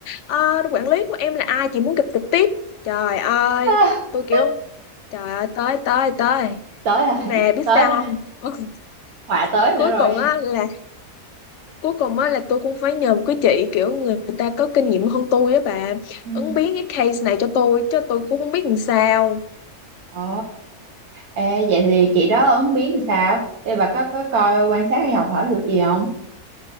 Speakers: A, on the left; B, on the right.
A: ờ, quản lý của em là ai chị muốn gặp trực tiếp trời ơi
B: <laughs>
A: tôi kiểu Trời ơi tới tới tới
B: tới rồi,
A: nhưng mà biết
B: tới
A: sao
B: nữa,
A: không <laughs>
B: họa tới nữa
A: cuối
B: rồi.
A: cùng á là cuối cùng á là tôi cũng phải nhờ một cái chị kiểu người ta có kinh nghiệm hơn tôi á bà
B: Ừ.
A: ứng biến cái case này cho tôi chứ tôi cũng không biết làm sao
B: Ồ, ê, vậy thì chị đó ứng biến thì sao? Ê, bà có, có coi quan sát hay học hỏi được gì không?